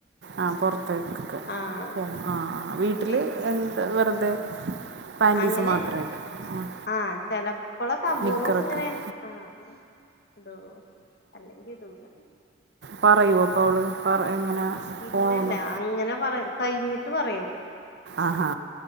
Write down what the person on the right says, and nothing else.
ആഹ പുൊറത്തേക്ക്ക്കെ
പോ ആഹ് വീട്ടില്
എന്താ വെറുതെ പാൻറ്റീസ്
മാത്രമായിട്ട് ആ
നിക്കറൊക്കെ
പറയൂപ്പോ അവള് പറ എങ്ങനെ
പോകണമെന്ന്
ആഹാ